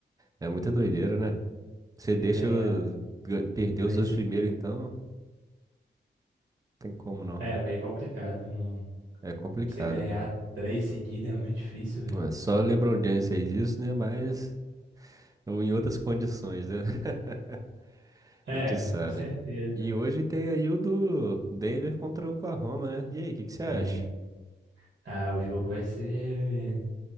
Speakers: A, on the right (about 20°); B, on the right (about 60°).
A: É muita doideira, né? Você
B: você
A: deixa
B: ganhar
A: os- ga- perder
B: três
A: os dois
B: seguidas.
A: primeiros, então, não tem como não.
B: É meio complicado, não.
A: É complicado,
B: Você ganhar
A: cara.
B: três seguidas é muito difícil, velho.
A: Ué, Só o LeBron James fez isso, né? Mas ou em outras condições, né? <laughs>
B: É,
A: A gente sabe.
B: é, com certeza,
A: E
B: né?
A: hoje tem aí o do Denver contra o Oklahoma, né? E aí, o que que você
B: Tem.
A: acha?
B: Ah, o jogo vai ser,